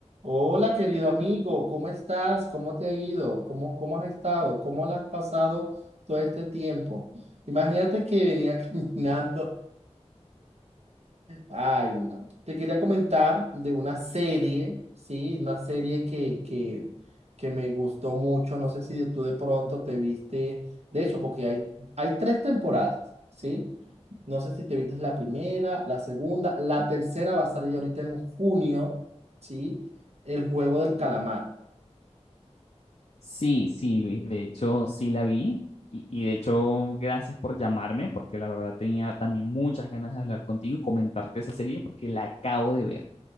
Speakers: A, on the right; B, on the left.
A: Hola, querido amigo, ¿cómo estás? ¿Cómo te ha ido? ¿Cómo, cómo has estado? ¿Cómo la has pasado todo este tiempo? Imagínate que venía <laughs> caminando. Ay, no. Te quería comentar de una serie, ¿sí? Una serie que, que, que me gustó mucho. No sé si tú de pronto te viste. De hecho, porque hay, hay tres temporadas, ¿sí? No sé si te viste la primera, la segunda, la tercera va a salir ahorita en junio, ¿sí? El juego del calamar.
B: Sí, sí, Luis, de hecho sí la vi y, y de hecho gracias por llamarme porque la verdad tenía también muchas ganas de hablar contigo y comentarte esa serie porque la acabo de ver,